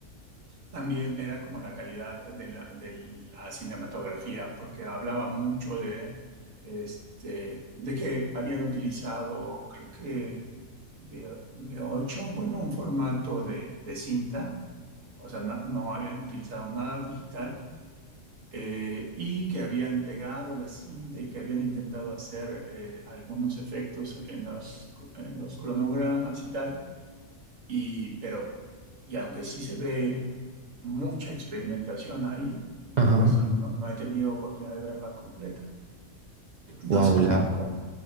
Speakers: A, on the right; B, on the right.
A: también era como la calidad de la, de la cinematografía, porque hablaba mucho de, este, de que habían utilizado, creo que V- V8, bueno, un formato de, de cinta, o sea, no, no habían utilizado nada digital, eh, y que habían pegado la cinta y que habían intentado hacer eh, algunos efectos en los, en los cronogramas y tal y, pero, y aunque sí se ve mucha experimentación ahí,
B: Ajá.
A: pues no, no he tenido oportunidad de verla completa. Entonces,
B: Wow.
A: como,
B: La...
A: como,